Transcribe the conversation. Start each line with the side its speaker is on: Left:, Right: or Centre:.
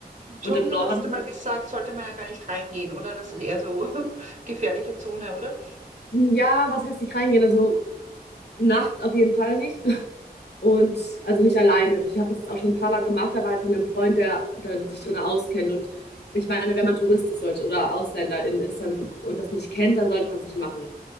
Right: im Dschungel
Left: Und im Norden,
Right: hast du mal gesagt, sollte man ja gar nicht reingehen, oder? Das ist eher so <laughs> gefährliche Zone, oder?
Left: ja, was heißt nicht reingehen? Also nachts auf jeden Fall nicht. Und also nicht alleine. Ich habe das jetzt auch schon ein paar Mal gemacht, aber halt mit einem Freund, der dann sich drin auskennt. Und ich meine, wenn man Tourist ist sollte, oder Ausländerin ist dann, und das nicht kennt, dann sollte man es nicht machen.